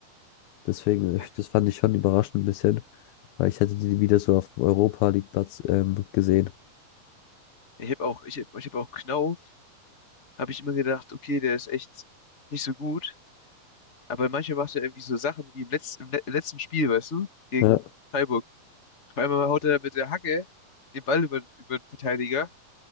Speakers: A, on the left; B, on the left.
A: Deswegen,
B: Ja,
A: äh, das fand ich schon überraschend ein bisschen, weil ich hätte die wieder so auf dem Europa League Platz ähm, gesehen.
B: ich habe auch, ich hab, ich hab auch Knauf, habe ich immer gedacht, okay, der ist echt nicht so gut. Aber manchmal macht er irgendwie so Sachen wie im, Letz-, im, le- im letzten Spiel, weißt du, gegen
A: Ja.
B: Freiburg. Auf einmal haut er mit der Hacke den Ball über, über den Verteidiger.